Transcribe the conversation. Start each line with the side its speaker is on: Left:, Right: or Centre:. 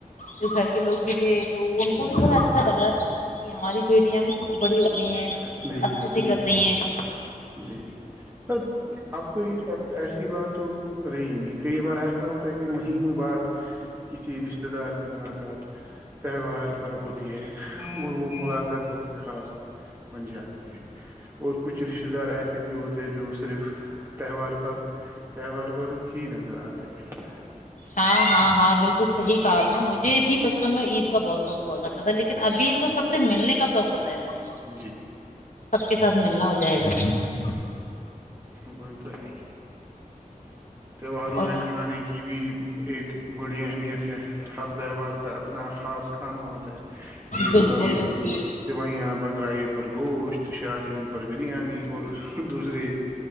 Left: جو گھر کے لوگ بھی تھے تو ان کو بھی تھوڑا اچھا لگا کہ ہماری بیٹی بھی تھوڑی بڑی ہو رہی ہیں
Right: بالکل
Left: اچھیتی کر رہی ہیں ایک
Right: جی س اب تو اب ایسی بات تو رہی نہیں کئی بار ایسا ہوتا ہے کہ مہینوں بعد کسی رشتتے دار سے ملاقات تہوار پر ہوتی ہے اور وہ ملاقات بہت خاص بن جاتی ہے اور کچھ رشتہ دارس بھی ہوتے جو صرف تہوار پر تہوار پر ہی نظر آتے ہیں
Left: ہاں ہاں ہاں بالکل صحیح کہا آپ نے مجھے بھی بچپن میں عید کا بہت شوق ہوا کرتا تھا لیکن ابھی تو سب سے ملنے کا شوق ہوتا ہے مجھے
Right: ہیں جی
Left: سب کے ساتھ ملنا ہوتا جائے گ
Right: وہی تو ہے ہی تہواروں
Left: اور
Right: میں کھانے کی بھی ایک بڑی اہمیت ہے ہر تہوار کا اپنا خاص کھانا ہوتا ہے عید
Left: بالکل
Right: پر
Left: بالکل
Right: سوئیاں بکرا عید پر گوشت شادیوں پر بریانی اور دوسریے